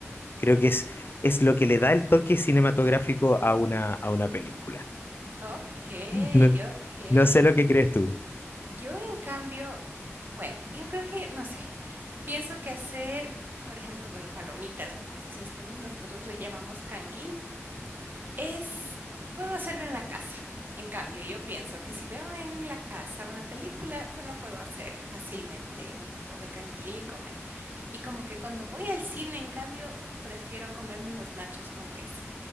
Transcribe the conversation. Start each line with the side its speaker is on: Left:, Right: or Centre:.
Left: creo que es, es lo que le da el toque cinematográfico a una, a una película.
Right: Okey,
Left: No,
Right: okey.
Left: no sé lo que crees tú.
Right: Yo, en cambio, bueno, yo creo que, no sé, pienso que hacer, por ejemplo, bueno, palomitas, como dices tú, y nosotros le llamamos canguil, es, puedo hacerlo en la casa. En cambio, yo pienso que si veo en la casa una película, bueno, puedo hacer fácilmente un poco de canguil y comer. Y como que cuando voy al cine, en cambio, prefiero comerme unos nachos con queso.